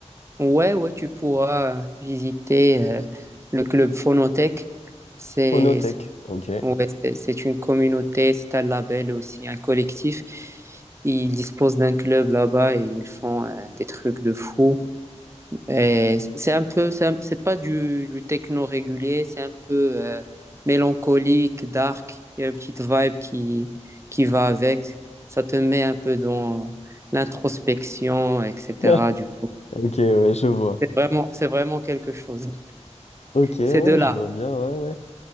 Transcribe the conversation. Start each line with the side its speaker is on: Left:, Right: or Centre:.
Right: Ouais, ouais, tu pourras visiter euh, le club Phonothèque. C'est,
Left: Phonothèque. Ok.
Right: Ouais, c'est c'est une communauté, c'est un label aussi, un collectif. Ils disposent d'un club là-bas et ils font euh, des trucs de fou. Et C'est un peu, c'est un- c'est pas du, du techno régulier, c'est un peu euh, mélancolique, dark. Il y a une petite vibe qui, qui va avec. Ça te met un peu dans l'introspection, etc.
Left: <laughs>
Right: Du coup,
Left: Ok, ouais, je vois.
Right: c'est vraiment, c'est vraiment quelque chose.
Left: Ok, hein,
Right: C'est de là.
Left: je vois bien, ouais, ouais.